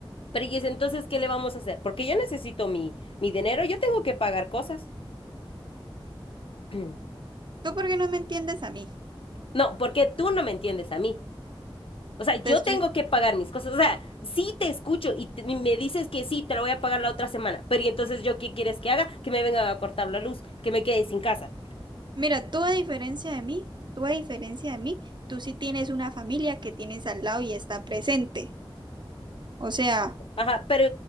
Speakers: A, on the left; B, on the right.
A: Pero y es entonces, ¿qué le vamos a hacer? Porque yo necesito mi, mi dinero, yo tengo que pagar cosas. <clears throat>
B: ¿Tú por qué no me entiendes a mí?
A: No, porque tú no me entiendes a mí. O sea,
B: Te
A: yo
B: estoy...
A: tengo que pagar mis cosas. O sea, sí te escucho y, te- y me dices que sí, te lo voy a pagar la otra semana. Pero ¿y entonces yo qué quieres que haga? Que me venga a cortar la luz, que me quede sin casa.
B: Mira, tú a diferencia de mí, tú a diferencia de mí, tú sí tienes una familia que tienes al lado y está presente. O sea,
A: Ajá, pero